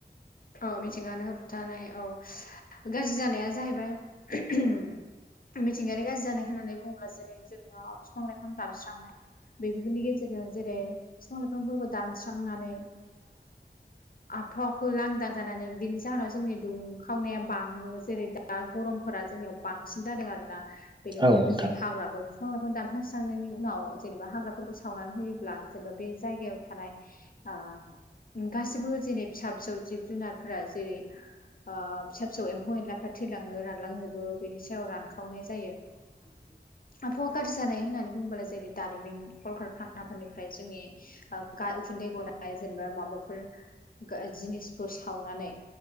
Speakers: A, on the left; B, on the right.
A: औ मिथिंगानो होबथानाय औ गाज्रि जानाया जाहैबाय उम मिथिंगायारि गाज्रि जानाय होननानै बुङोब्ला जेरै जोंहा बिफां लाइफां दानस्रांनाय बेफोरनि गेजेरजों जेरै बिफां लाइफांफोरखौ दानस्रांनानै आबहावाखौ लांदां जानानै बिनि जाहोनाव जोंनि दुखावनाया बाङो जेरै दा दा गरमफोरा जोंनियाव बांसिन जादों आरोना बेनि
B: औ
A: अनगायैबो
B: नोंथां
A: जेरै हाग्राबो फिफां-लायफां दानफांस्रांनायनि उनाव जेनेबा हाग्राफोरखौ सावनानै होयोब्ला जेनेबा बे जायगायाव थानाय आ ओम गासिबो जेरै फिसा-फिसौ जिब जुनारफोरा जेरै ओ फिसा फिसौ एम्फौ एनलाफ्रा थैलाङो रानलांजोबो बेनि सायाव रानखावनाय जायो।
B: <unintelligible>
A: आबहावा गाज्रि जानाय होननानै बुङोब्ला जेरै दारिमिन कलकार खानाफोरनिफ्राय जोंनि ओ गा उखुन्दै गनाय जेनेबा माबा ओ गा जिनिसफोर सावनानै